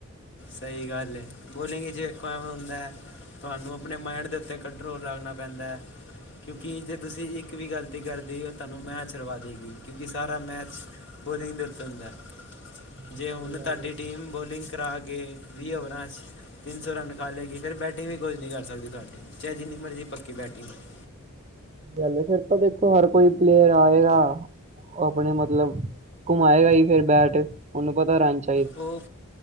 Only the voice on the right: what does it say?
ਹਾਂ
ਸਹੀ
ਗੱਲ
ਹੈ
ਹਾਲੇ ਫੇਰ ਤੋਂ, ਦੇਖੋ ਹਰ ਕੋਈ ਪਲੇਅਰ ਆਵੇਗਾ। ਓ ਆਪਣੇ ਮਤਲਬ, ਘੁਮਾਏਗਾ ਈ ਫੇਰ ਬੈਟ, ਓਨੂੰ ਪਤਾ ਰੰਨਚ